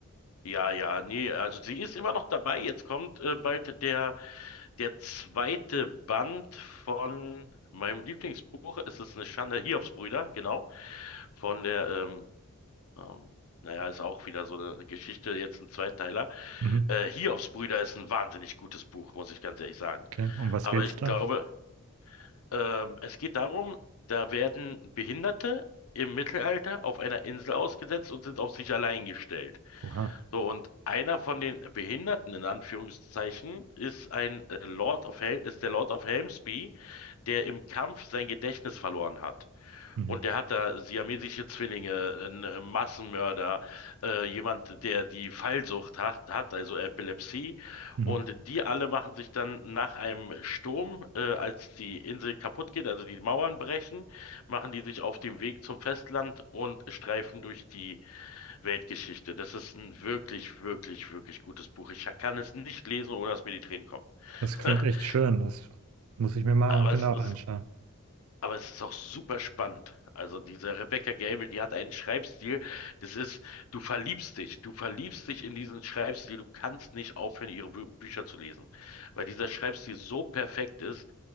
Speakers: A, on the left; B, on the right.
A: Ja, ja, nee, also sie ist immer noch dabei. Jetzt kommt äh, bald der, der zweite Band von meinem Lieblingsbuch. Es ist eine Schande, Hiobsbrüder, genau. Von der, ähm, ähm, naja, ist auch wieder so eine Geschichte, jetzt ein Zweiteiler.
B: Mhm.
A: Äh, Hiobsbrüder ist ein wahnsinnig gutes Buch, muss ich ganz ehrlich sagen.
B: Okay, um was
A: Aber
B: geht's
A: ich
B: da?
A: glaube, Ähm, es geht darum, da werden Behinderte im Mittelalter auf einer Insel ausgesetzt und sind auf sich allein gestellt.
B: Oha.
A: So, und einer von den Behinderten, in Anführungszeichen, ist ein äh, Lord of Hel ist der Lord of Helmsby, der im Kampf sein Gedächtnis verloren hat.
B: Mhm.
A: Und der hat da siamesische Zwillinge, einen äh, Massenmörder, äh, jemand, der die Fallsucht hat, hat, also Epilepsie.
B: Mhm.
A: Und die alle machen sich dann nach einem Sturm, äh, als die Insel kaputt geht, also die Mauern brechen, machen die sich auf den Weg zum Festland und streifen durch die Weltgeschichte. Das ist ein wirklich, wirklich, wirklich gutes Buch. Ich kann es nicht lesen, ohne dass mir die Tränen kommen.
B: Das klingt
A: <laughs>
B: echt schön. Das muss ich mir mal
A: Aber
B: genau
A: es
B: anschauen.
A: ist aber es ist auch super spannend. Also diese Rebecca Gable, die hat einen Schreibstil, das ist, du verliebst dich, du verliebst dich in diesen Schreibstil, du kannst nicht aufhören, ihre Bü Bücher zu lesen, weil dieser Schreibstil so perfekt ist.